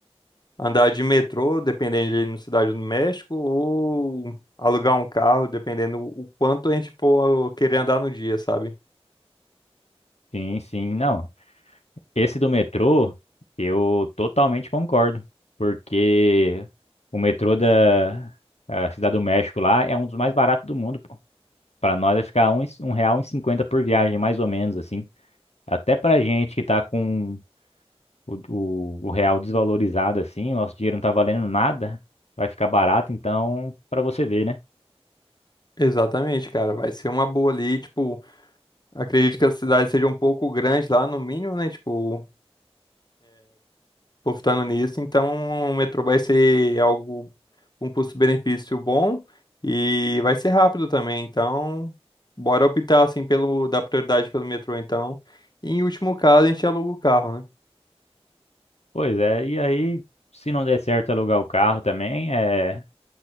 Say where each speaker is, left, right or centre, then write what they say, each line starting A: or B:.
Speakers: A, on the left; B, on the left.
A: andar de metrô, dependendo de ir na Cidade do México, ou alugar um carro, dependendo o quanto a gente for querer andar no dia, sabe?
B: Sim, sim, não. Esse do metrô, eu totalmente concordo. Porque o metrô da a Cidade do México lá é um dos mais baratos do mundo, pô. Pra nós vai ficar um, e- um real e cinquenta por viagem, mais ou menos, assim. Até pra gente que tá com o, o, o real desvalorizado assim, o nosso dinheiro não tá valendo nada, vai ficar barato, então, pra você ver, né?
A: Exatamente, cara. Vai ser uma boa ali, tipo, acredito que a cidade seja um pouco grande lá, no mínimo, né? Tipo, apostando nisso. Então, o metrô vai ser algo com custo-benefício bom e vai ser rápido também. Então, bora optar assim pelo dar prioridade pelo metrô então. E em último caso, a gente aluga o carro, né?
B: Pois é, e aí, se não der certo alugar o carro também, é,